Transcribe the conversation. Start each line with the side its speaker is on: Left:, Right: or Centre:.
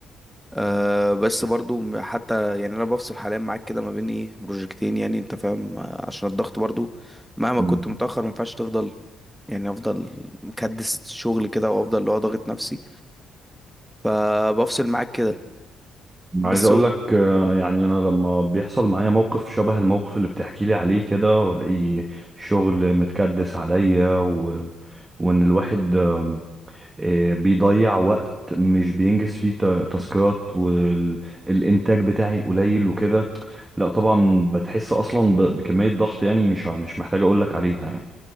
Centre: أه بس برضو م- حتى يعني انا بفصل حاليا معاك كده ما بين ايه بروجكتين يعني انت فاهم آه، عشان الضغط برضو مهما
Right: مم.
Centre: كنت متأخر ما ينفعش تفضل يعني افضل مكدس شغل كده وافضل اللي هو ضاغط نفسي فبفصل معاك كده بس
Right: عايز اقول لك آه، يعني انا لما بيحصل معايا موقف شبه الموقف اللي بتحكي لي عليه كده والاقي شغل متكدس عليا و... وان الواحد آم، آه، بيضيع وقت مش بينجز فيه تا- تاسكات والانتاج بتاعي قليل وكده لا طبعا بتحس اصلا ب... بكمية ضغط يعني مش ع- مش محتاج اقول لك عليها يعني